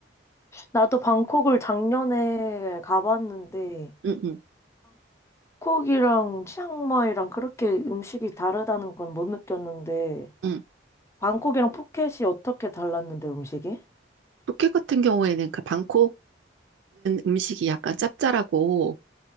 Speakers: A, on the left; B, on the right.
A: 나도 방콕을 작년에 가봤는데
B: 응, 응,
A: 방콕이랑 치앙마이랑 그렇게 음식이 다르다는 건 못 느꼈는데
B: 응.
A: 방콕이랑 푸켓이 어떻게 달랐는데 음식이?
B: 푸켓 같은 경우에는 그 방콕은 음식이 약간 짭짤하고